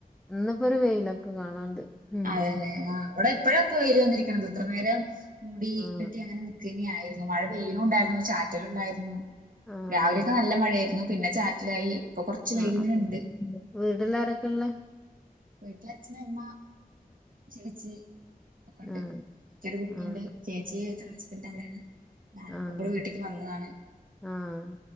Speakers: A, in the centre; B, on the right (about 65°).
A: ഇന്ന് ഇപ്പോ ഒരു വെയിലൊക്കെ കാണാണ്ട്. ഉം
B: അതെലെ ആഹ് ഇവടെ ഇപ്പഴാപ്പോ വെയില് വന്നിരിക്ക്‌ണെത് ഇത്ര നേരം മൂടി
A: ആഹ്
B: കെട്ടി അങ്ങനെ നിക്കാ ക്കെന്നെ ആയിരുന്നു മഴ പെയ്യുണുണ്ടായിരുന്നു ചാറ്റല് ഉണ്ടായിരുന്നു.
A: ആഹ്
B: രാവിലെയൊക്കെ നല്ല മഴയായിരുന്നു പിന്നെ ചാറ്റലായി ഇപ്പൊ കുറച്ച് വെയിലിങ്ങനെ
A: ആഹ് ആഹ്
B: ഉണ്ട്
A: ആഹ് വീട്ട്ൽ ആരൊക്കെ ഇള്ളെ?
B: വീട്ട്ൽ അച്ഛന്, അമ്മ. ചേച്ചി ഒക്കെ ഇണ്ട്,
A: ആഹ്
B: ഇച്ചൊര് കുട്ടി
A: ആഹ്
B: ഇണ്ട് ചേച്ചി ചേച്ചിന്റെ ഹസ്ബെന്റ് അയുടെയാണ്. ഞാനിപ്പം
A: ആഹ്
B: ഇബളെ വീട്ടിക്ക് വന്നതാണ്.
A: ആഹ്